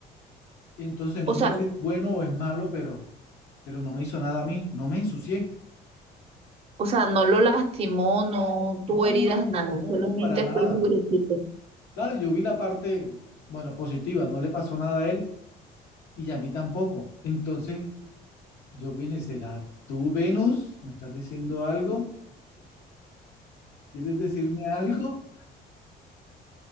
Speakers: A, on the left; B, on the right.
A: Y entonces no
B: O sea,
A: sé si es bueno o es malo, pero, pero no me hizo nada a mí, no me ensucié.
B: o sea, no lo lastimó, no tuvo
A: No,
B: heridas,
A: no, no,
B: nada.
A: no,
B: Solamente
A: no, para nada.
B: fue mugrecito.
A: Claro, yo vi la parte, bueno, positiva, no le pasó nada a él y a mí tampoco. Entonces, Yo vine, ¿será tú, Venus? ¿Me estás diciendo algo? ¿Quieres decirme algo?